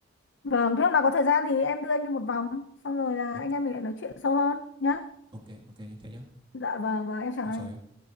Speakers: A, on the left; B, on the right.
A: vâng thế hôm nào có thời gian thì em đưa anh đi một vòng xong rồi là
B: Ok,
A: anh em mình lại nói chuyện sâu hơn nhá
B: ok, ok nhá. Thế nhá.
A: dạ vâng và em chào
B: Anh
A: anh
B: chào em.